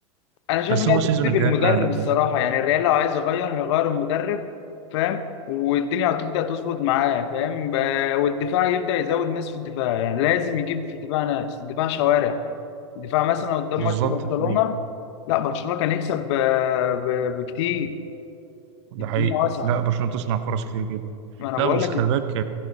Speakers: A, on the left; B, on the right.
A: انا شايف
B: بس
A: انها
B: هو السيزون
A: تبتدي
B: الجاي
A: بالمدرب
B: أنا
A: الصراحه
B: يعني
A: يعني الريال لو عايز يغير هيغير المدرب فاهم والدنيا هتبدا تظبط معاه فاهم ب- والدفاع يبدا يزود ناس في الدفاع يعني لازم يجيب في الدفاع ناس الدفاع شوارع الدفاع مثلا قدام
B: بالظبط
A: ماتش برشلونه
B: أيوه
A: لا برشلونه كان يكسب ب- ب- بكتير
B: ده
A: الدنيا
B: حقيقي
A: واسعه
B: لا برشلونة تصنع فرص كتير جدا
A: ما انا
B: لا
A: بقول
B: بس
A: لك
B: خلي بالك